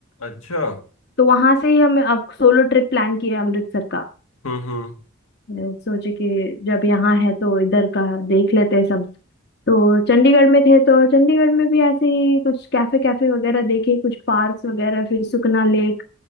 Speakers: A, on the left; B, on the left.
A: अच्छा
B: तो वहां से ही हम अब सोलो ट्रिप प्लान किया अमृतसर का
A: हम्म हम्म
B: मैं सोचे कि जब यहाँ है तो इधर का देख लेते हैं सब तो चंडीगढ़ में थे तो चंडीगढ़ में भी ऐसे ही कुछ कैफे कैफे वगैरह देखे कुछ पार्क्स वगैरह फिर सुखना लेक